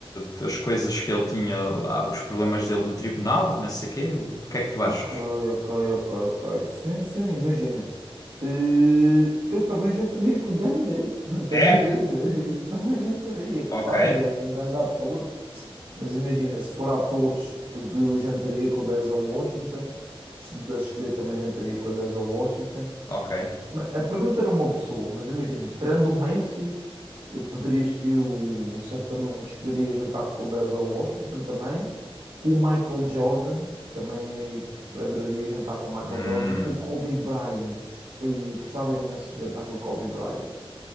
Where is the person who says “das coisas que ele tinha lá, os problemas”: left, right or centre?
Left